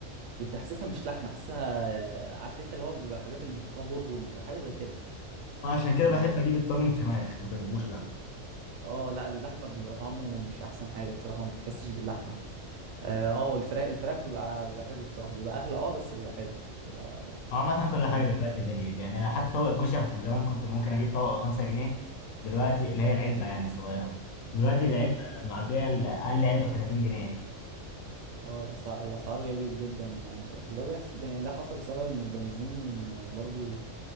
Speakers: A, on the right; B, on the left.
A: كنت حاسسها مش لحمه حاسسها عارف انت اللي هو بيبقى حاجات اللي بيحطوها برغل مش حاجه زي كده
B: انا عشان كده
A: اه
B: بحب اجيب الطاجن فراخ ما بجيبوش لحمه
A: آه، لا اللحمه بيبقى طعمه مش احسن حاجه بصراحه ما بتحسش باللحمه اه آه، الفراخ الفراخ بيبقى بيبقى حلو بصراحه بيبقى اغلى اه بس بيبقى حلو بيبقى
B: هو عامه كل حاجه
A: طمع.
B: دلوقتي غليت يعني حتى طبق الكشري كان زمان كنت ممكن اجيب طبق ب 5 جنيه دلوقتي اللي هي العلبه يعني الصغيره دلوقتي العلبه
A: اه
B: معديه ال- اقل علبه ب 30 جنيه
A: اه الاسعار الاسعار غليت جدا وده بيحصل ده يعني ده حصل بسبب ان البنزين آه، برضو